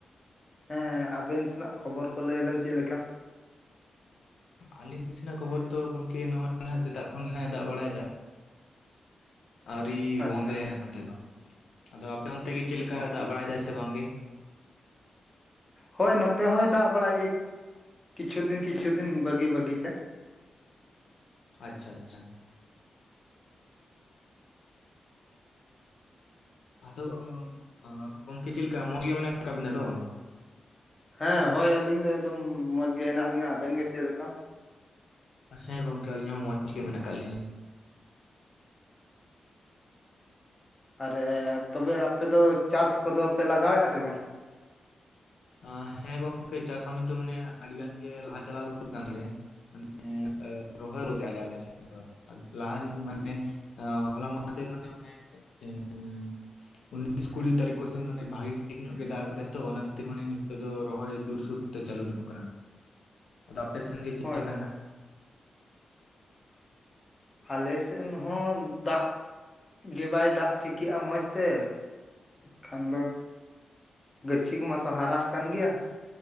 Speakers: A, on the left; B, on the left.
A: ᱦᱮᱸ ᱟᱵᱮᱱ ᱥᱮᱱᱟᱜ ᱠᱷᱚᱵᱚᱨ ᱠᱚ ᱞᱟᱹᱭ ᱵᱮᱱ ᱪᱮᱜ ᱞᱮᱠᱟ?
B: ᱟᱹᱞᱤᱧ ᱥᱮᱱᱟᱜ ᱠᱷᱚᱵᱚᱨ ᱫᱚ ᱜᱚᱝᱠᱮ ᱱᱚᱣᱟ ᱱᱟ ᱥᱮᱛᱟᱜ ᱠᱷᱚᱱ ᱜᱮ ᱦᱟᱸᱜ ᱮ ᱫᱟᱜᱽ ᱵᱟᱲᱟᱭ ᱫᱟ᱾ ᱟᱹᱣᱨᱤ
A: ᱟᱪᱪᱷᱟ
B: ᱵᱚᱱᱫᱮᱭᱟᱭ ᱱᱟᱦᱟᱜ ᱱᱚᱛᱮ ᱫᱚ, ᱟᱫᱚ ᱟᱯᱮ ᱚᱱᱛᱮ ᱜᱮ ᱪᱮᱜᱞᱮᱠᱟ
A: ᱚ
B: ᱫᱟᱜᱽ ᱵᱟᱲᱟᱭ ᱫᱟᱭ ᱥᱮ ᱵᱟᱝᱜᱮ?
A: ᱦᱳᱭ ᱱᱚᱛᱮ ᱦᱚᱸᱭ ᱫᱟᱜᱽ ᱵᱟᱲᱟᱭᱮᱜ ᱠᱤᱪᱷᱩ ᱫᱤᱱ ᱠᱤᱪᱷᱩ ᱫᱤᱱ ᱵᱟᱹᱜᱤ ᱵᱟᱹᱜᱤ ᱛᱮ᱾
B: ᱟᱪᱪᱷᱟ ᱟᱪᱪᱷᱟ, ᱟᱫᱚ ᱩᱸ ᱚᱸ ᱜᱚᱝᱠᱮ ᱪᱮᱫ ᱞᱮᱠᱟ ᱢᱚᱸᱡᱽ ᱜᱮ ᱢᱮᱱᱟᱜ ᱟᱠᱟᱜ ᱵᱤᱱᱟ ᱛᱚ?
A: ᱦᱮᱸ ᱦᱳᱭ ᱟᱹᱞᱤᱧ ᱫᱚ ᱮᱠᱫᱚᱢ ᱢᱚᱸᱡᱽ ᱜᱮ ᱦᱮᱱᱟᱜ ᱞᱤᱧᱟᱹ᱾ᱟᱵᱮᱱ ᱜᱮ ᱪᱮᱜ ᱞᱮᱠᱟ?
B: ᱦᱮᱸ ᱜᱚᱝᱠᱮ ᱟᱹᱞᱤᱧ ᱦᱚᱸ ᱢᱚᱸᱡᱽ ᱜᱮ ᱢᱮᱱᱟᱜ ᱠᱟᱜ ᱞᱤᱧᱟᱹ᱾
A: ᱟᱨᱮ ᱛᱚᱵᱮ ᱟᱯᱮ ᱫᱚ ᱪᱟᱥ ᱠᱚᱫᱚ ᱯᱮ ᱞᱟᱜᱟᱣᱮᱜᱼᱟ ᱥᱮ ᱵᱟᱝ?
B: ᱟᱸ ᱦᱮᱸ ᱜᱚᱝᱠᱮ ᱪᱟᱥ ᱠᱟᱹᱢᱤ ᱫᱚ ᱢᱟᱱᱮ ᱟᱹᱰᱤ ᱜᱟᱱ ᱜᱮ ᱞᱟᱦᱟ ᱪᱟᱞᱟᱣ ᱠᱟᱱ ᱛᱟᱞᱮᱭᱟ᱾ ᱢᱟᱱᱮ ᱨᱚᱦᱚᱭ ᱜᱚᱫᱮᱟᱞᱮ ᱟᱞᱮ ᱥᱮᱫ ᱫᱚ <inaudible> ᱞᱟᱦᱟᱱ ᱢᱟᱱᱮ ᱟᱸ ᱦᱚᱞᱟ ᱢᱟ‍ᱸᱫᱷᱮᱨ ᱢᱟᱱᱮ ᱚᱱᱮ ᱮᱸᱻ ᱩᱱᱤᱥ ᱠᱩᱲᱤ ᱛᱟᱹᱨᱤᱠᱷ ᱠᱚᱥᱮᱱ ᱢᱟᱱᱮ ᱵᱷᱟᱜᱤ ᱴᱷᱤᱠ ᱧᱚᱜ ᱜᱮ ᱫᱟᱜ ᱠᱟᱫᱟ ᱛᱚ ᱚᱱᱟ ᱠᱷᱟᱹᱛᱤᱨ ᱢᱟᱱᱮ ᱱᱤᱛᱚᱜ ᱫᱚ ᱨᱚᱦᱚᱭ ᱡᱳᱨᱥᱩᱨ ᱛᱮ ᱪᱟᱹᱞᱩ ᱧᱚᱜ ᱠᱟᱱᱟ ᱟᱫᱚ ᱟᱯᱮ ᱥᱮᱱ ᱜᱮ ᱪᱮᱫ
A: ᱦᱳᱭ
B: ᱞᱮᱠᱟ
A: ᱦᱳᱭ
B: ᱦᱟᱸᱜ?
A: ᱟᱞᱮᱥᱮᱱ ᱦᱚᱸ ᱫᱟᱜ ᱜᱮ ᱵᱟᱭ ᱫᱟᱜ ᱴᱷᱤᱠᱮᱜᱼᱟ ᱢᱚᱡᱽ ᱛᱮ, ᱮᱠᱷᱟᱱ ᱫᱚ ᱜᱟᱹᱪᱷᱤ ᱠᱚ ᱢᱟᱛᱚ ᱦᱟᱨᱟ ᱟᱠᱟᱱ ᱜᱮᱭᱟ᱾